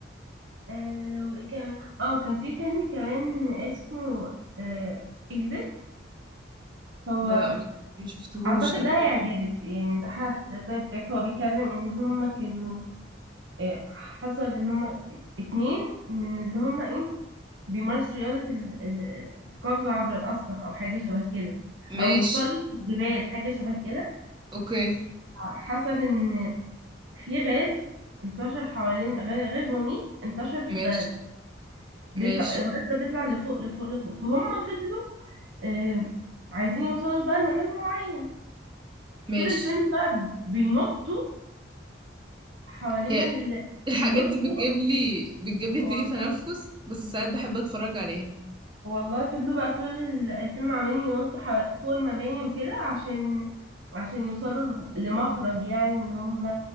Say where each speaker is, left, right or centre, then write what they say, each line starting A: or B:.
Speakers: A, on the right; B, on the right.
A: آه وايه كمان اه كان في فيلم كمان اسمه آه اكزيت هو
B: لا م- ما شفتهوش
A: اعتقد
B: ده
A: ده هيعجبك يعني ده حاسس طيب بتاعك هو بيتكلم ان هما كانوا آه حصل ان هما اتنين من اللي هما ايه بيمارس رياضة ال- ال- القفز عبر الأسطح أو حاجة شبه كده
B: ماشي
A: أو تسلق الجبال حاجة شبه كده
B: اوكي
A: حصل إن في غاز انتشر حوالين غ- غاز مميت انتشر في
B: ماشي
A: البلد بيطلع
B: ماشي
A: الغاز ده بيطلع لفوق لفوق لفوق فهم فضلوا آم، عايزين يوصلوا بقى لمكان معين
B: ماشي
A: طول الفيلم بقى بينطوا حوالين
B: هي
A: ال...
B: الحاجات
A: بينطوا
B: دي بتجيب لي بتجيب لي
A: والله
B: ضيق تنفس بس ساعات بحب اتفرج عليها
A: والله فضلوا بقى طول ال- الفيلم عمالين ينطوا ح- فوق المباني وكده عشان عشان يوصلوا لمخرج يعني ان هم